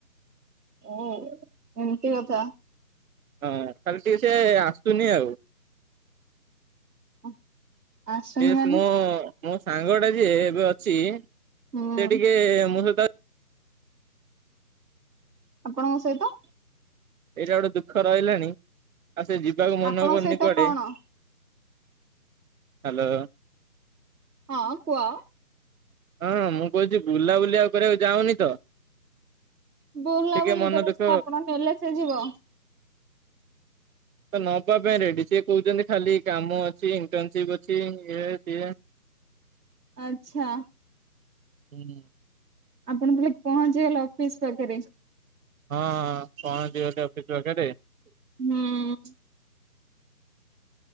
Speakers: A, on the right; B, on the right.
A: ଓ ଏମିତି କଥା।
B: ହଁ ଖାଲି ଟିକେ ସେ ଆସୁନି ଆଉ।
A: <inaudible> ଆସୁନି
B: ଏସ୍
A: ମାନେ
B: ମୋ, ମୋ ସାଙ୍ଗଟା ଯିଏ ଏବେ ଅଛି ସେ
A: ହୁଁ
B: ଟିକେ ମୋ ସହିତ
A: ଆପଣଙ୍କ ସହିତ?
B: ଏଇଟା ଗୋଟେ ଦୁଃଖ ରହିଲାଣି ଆଉ ସେ ଯିବାକୁ ମନ
A: ଆପଣଙ୍କ
B: କରୁନି
A: ସହିତ
B: କୁଆଡେ।
A: କଣ
B: ହାଲୋ।
A: ହଁ କୁହ?
B: ହଁ ମୁଁ କହୁଛି ବୁଲାବୁଲି ଆଉ କରିବାକୁ ଯାଅନି ତ?
A: ବୁଲା
B: ଟିକେ
A: ବୁଲି
B: ମନ
A: କରିବ
B: ଦୁଃଖ
A: ସିନା ଆପଣ ନେଲେ ସେ ଯିବ।
B: ତ ନବା ପାଇଁ ରେଡି, ସିଏ କହୁଛନ୍ତି ଖାଲି କାମ ଅଛି ଇଣ୍ଟନ୍ନସିପ୍ ଅଛି ଇଏ ସିଏ।
A: ଆଚ୍ଛା।
B: <inaudible>
A: ଆପଣ ବୋଲି ପହଞ୍ଚିଗଲେ ଅଫିସ୍ ପାଖେରେ।
B: ହଁ ପହଁଚି ଗଲି ଅଫିସ ପାଖରେ।
A: ହୁଁ।